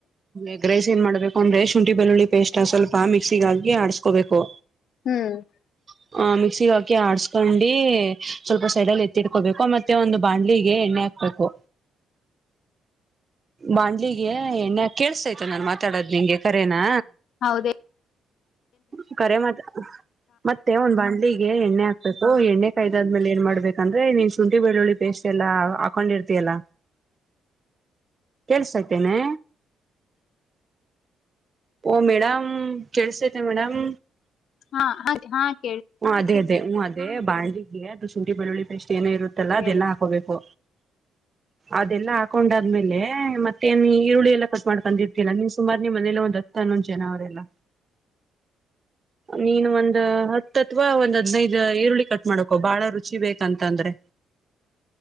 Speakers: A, on the right; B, on the left.
A: ಎಗ್ ರೈಸ್ ಮಾಡ್ಬೇಕು ಅಂದ್ರೆ ಶುಂಠಿ ಬೆಳ್ಳುಳ್ಳಿ ಪೇಸ್ಟ್ ಸ್ವಲ್ಪ <unintelligible> ಪ ಮಿಕ್ಸಿಗ್ ಹಾಕಿ ಆಡುಸ್ಕೋಬೇಕು
B: ಹೂ <unintelligible>
A: <unintelligible> ಹ ಮಿಕ್ಸಿ ಹಾಕಿ ಆಡ್ಸ್ಕೊಂಡಿ ಸ್ವಲ್ಪ ಸೈಡಲ್ಲಿ ಎತ್ತಿಡ್ಕೋಬೇಕು ಮತ್ತೆ ಒಂದು ಬಾಂಡ್ಲಿಗೆ ಎಣ್ಣೆ ಹಾಕ್ಬೇಕು ಬಾಂಡ್ಲಿಗೆ ಹನ್ ಕೇಳಿಸ್ತೈತಾ ನಾನನ್ ಮಾತಾಡದ್ ನಿಂಗೆ ಕರೇನಾ
B: ಹೌದ
A: <unintelligible> ಕರೆ ಮತ್ ಮತ್ತೆ ಒಂದು ಬಾಣ್ಣ <unintelligible> ಲ್ಲಿಗೆ ಎಣ್ಣೆ ಹಾಕ್ಬೇಕು ಓ ಎಣ್ಣೆ ಕಾಯ್ದಾದ್ಮೇಲೆ ಏನ್ ಮಾಡ್ಬೇಕಂದ್ರೆ ನೀನ್ ಶುಂಠಿ ಬೆಳ್ಳುಳ್ಳಿ ಪೇಸ್ಟ್ ಎಲ್ಲಾ ಹಾಕೊಂಡಿರ್ತಯಲ್ಲ ಕೇಳ್ಸಾತೇನೆ ಓ ಮೇಡಮ್ ಕೇಳಿಸತೈತ ಮೇಡಮ್
B: ಹಾ ಹ <unintelligible>
A: ಹ್ಮ ಅದೇ ಅದೇ ಹ್ಮ್ ಅದೇ ಬಾಂಡ್ಲಿಗೆ ಅದು ಶುಂಠಿ ಬೆಳ್ಳುಳ್ಳಿ ಪೇಸ್ಟ್ ಏನ ಇರುತ್ತಲ್ಲಾ
B: ಹೇಳು
A: ಅದೆಲ್ಲ ಹಾಕೋಬೇಕು ಅದೆಲ್ಲಾ ಹಾಕೊಂಡಾದ್ಮೇಲೆ ಮತ್ತೆ ನೀ ಈರುಳ್ಳಿ ಎಲ್ಲ ಕತ್ ಮಾಡ್ಕೊಂಡಿರ್ತಲ್ಲ ನೀನ್ ಸುಮಾರು ನಿ ಮನೇಲ್ಲ ಒಂದ್ ಹತ್ತು ಹನ್ನೊಂದ ಜನ ಅವರೆಲ್ಲ ನೀನು ಒಂದ ಹ ಹ <unintelligible> ಅಥವಾ ಒಂದ್ ಹದ್ನೈದ ಈರುಳ್ಳಿ ಕಟ್ ಮಾಡಕ ಬಹಳ ರುಚಿ ಬೇಕಂತ ಅಂದ್ರೆ